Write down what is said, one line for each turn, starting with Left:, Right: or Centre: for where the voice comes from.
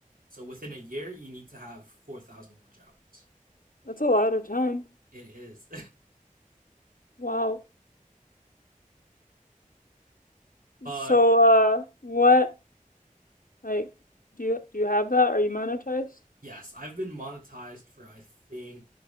Right: So within a year, you need to have 4,000 watch hours.
Left: That's a lot of time.
Right: It is.
Left: Wow.
Right: <laughs> but
Left: So uh what like do you do you have that? Are you monetized?
Right: yes, I've been monetized for I think